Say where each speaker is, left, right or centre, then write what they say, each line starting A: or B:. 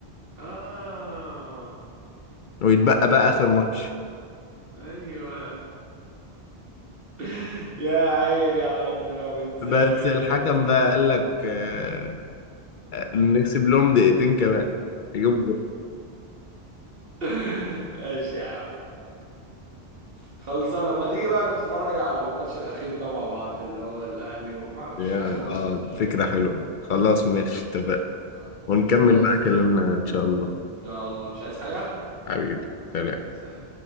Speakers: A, on the right; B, on the left.
A: اه
B: ويتبقى بقى اخر ماتش
A: ايوه <laughs> يا عيني على البيراميدزاوية
B: بس الحكم بقى قال لك آه، آه، نكسب لهم دقيقتين كمان يجيبوا جول.
A: <laughs> ماشي يا عم خلصانه لما تيجي بقى نتفرج على الماتش الاخير ده مع بعض اللي هو الاهلي وما اعرفش
B: يا
A: اخر ماتش
B: اه
A: في الدوري
B: فكرة حلوة خلاص ماشي اتفقنا
A: خلاص
B: ونكمل
A: خلاص،
B: بقى كلامنا ان شاء الله
A: ان شاء الله مش عايز حاجه
B: حبيبي سلام
A: سلام